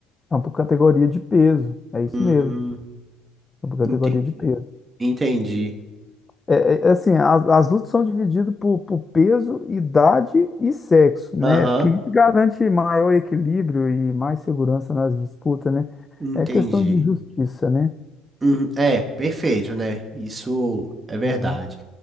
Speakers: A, on the left (about 20°); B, on the right (about 20°).
A: Então, por categoria de peso. É isso
B: Hum,
A: mesmo. É por categoria
B: entendi.
A: de peso.
B: Entendi.
A: É, é, é assim, as, as lutas são divididas por, por peso, idade e sexo, né?
B: Aham,
A: Que isso garante maior equilíbrio e mais segurança nas disputas, né?
B: entendi.
A: É questão de justiça, né?
B: Uhum, É, perfeito, né? Isso é verdade.
A: É.